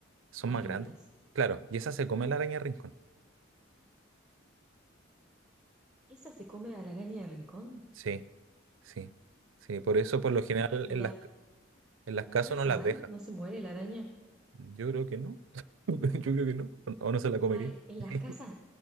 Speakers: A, on the right; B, in the centre.
A: son
B: más
A: más
B: finitas.
A: grandes. Claro, y esa se come la araña rincón.
B: ¿Esa se come a la araña de rincón?
A: Sí, sí, sí. Por eso, por
B: Ajá.
A: lo general,
B: ¿Y
A: en
B: la,
A: las, en las
B: no
A: casas
B: le hace
A: no las
B: mal?
A: deja.
B: ¿No se muere la araña?
A: Yo creo que no. <laughs> Yo creo que no. O no se la comería.
B: Ah, en, en
A: <laughs>
B: las casas,